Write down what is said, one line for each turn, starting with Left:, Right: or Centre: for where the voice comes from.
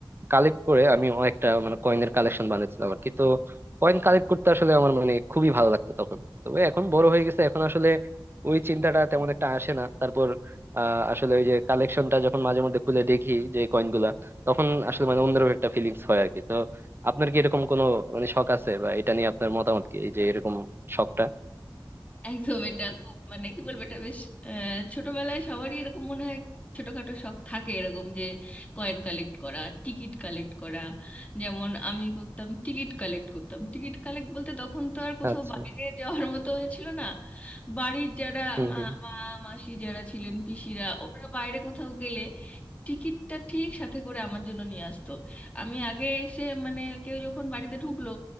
Right: কালেক্ট করে আমি একটা মানে কয়েনের কালেকশন বানিয়েছিলাম আর কি তো কয়েন কালেক্ট করতে আসলে আমার মানে খুবই ভালো লাগতো তখন তবে এখন বড় হয়ে গেছে এখন আসলে ওই চিন্তাটা তেমন একটা আসে না তারপর আহ আসলে ওই যে কালেকশনটা যখন মাঝে মধ্যে খুলে দেখি যে কয়েন গুলা তখন আসলে মানে অন্যরকম একটা ফিলিংস হয় আর কি তো আপনার কি এরকম কোনো মানে শখ আছে বা এটা নিয়ে আপনার মতামত কি এই যে এরকম শখটা
Left: একদম এটা খুব মানে কি বলবো এটা বেশ আহ, ছোটবেলায় সবারই এরকম মনে হয় ছোটখাটো শখ থাকে এরকম যে কয়েন কালেক্ট করা টিকিট কালেক্ট করা যেমন আমি করতাম টিকিট কালেক্ট করতাম টিকিট কালেক্ট বলতে তখন তো আর কোথাও
Right: আচ্ছা
Left: বাইরে যাওয়ার মতো হয়েছিল না বাড়ির যারা
Right: হুম
Left: মা
Right: হুম
Left: মা, মাসি যারা ছিলেন পিসিরা ওরা বাইরে কোথাও গেলে টিকিটটা ঠিক সাথে করে আমার জন্য নিয়ে আসতো আমি আগে এসে মানে কেউ যখন বাড়িতে ঢুকলো